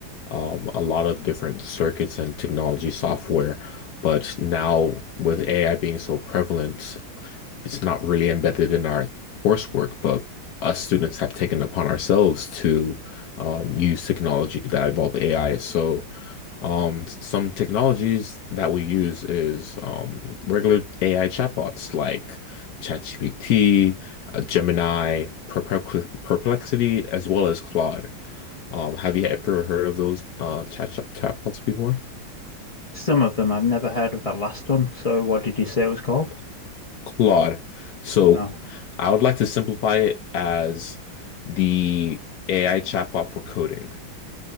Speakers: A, on the left (about 60°); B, on the left (about 30°).
A: um, a lot of different circuits and technology software. But now, with AI being so prevalent, it's not really embedded in our coursework, but us students have taken upon ourselves to um, use technology that involve AI. So, Um, some technologies that we use is um, regular AI chatbots like ChatGPT, uh, Gemini, Perplex- Perplexity, as well as Claude. Um, have you ever heard of those uh, chat chatbots before?
B: Some of them. I've never heard of that last one. So what did you say it was called?
A: Claude. So
B: No.
A: I would like to simplify it as the AI chatbot for coding.